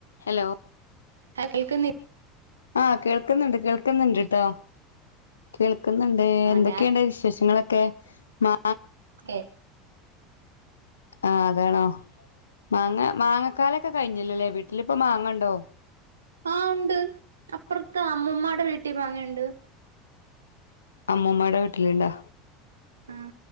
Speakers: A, on the left; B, on the right.
A: Hello.
B: ഹ കേൾക്ക്ന്ന്
A: ആഹ് കേൾക്ക്ന്ന്ണ്ട് കേൾക്ക്ന്ന്ണ്ട് ട്ടോ. കേൾക്ക്ന്ന്ണ്ട്
B: ആ
A: എന്തൊക്കെണ്ട്
B: ഞാൻ
A: വിശേഷങ്ങളൊക്കെ മാ
B: ഏഹ്
A: ആ അതാണോ മാങ്ങ മാങ്ങക്കാലൊക്കെ കഴിഞ്ഞില്ലല്ലേ വീട്ടിലിപ്പ മാങ്ങ ണ്ടോ.
B: ആഹ് ഉണ്ട് അപ്പുറത്തെ അമ്മുമ്മമാടെ വീട്ടിൽ മാങ്ങയിണ്ട്.
A: അമ്മൂമ്മാടെ വീട്ടില്ണ്ടോ.
B: ആഹ്.